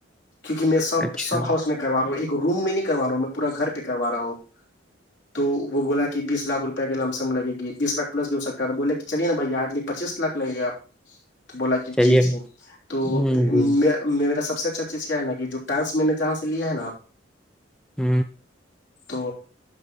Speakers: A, on the left; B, in the centre.
A: کیونکہ میں سب
B: اچھا
A: سب ہاؤس میں کروا رہا ہوں ایک روم میں نہیں کروا رہا ہوں میں پورا گھر پہ کروا رہا ہوں <unintelligible> تو وہ بولا کہ بیس لاکھ روپیہ کے لم سم لگے گی بیس لاکھ پلس بھی ہو سکتا تھا بولے کہ چلیے نا بھیا ہارلی پچیس لاکھ لگ گا تو بولا کہ
B: چلیے
A: جی جی تو
B: ہ
A: میں
B: جی
A: میرا سب سے اچھا چیز کیا ہے نا کہ جو ٹانس میں نے جہاں سے لیا ہے نا
B: ہ
A: تو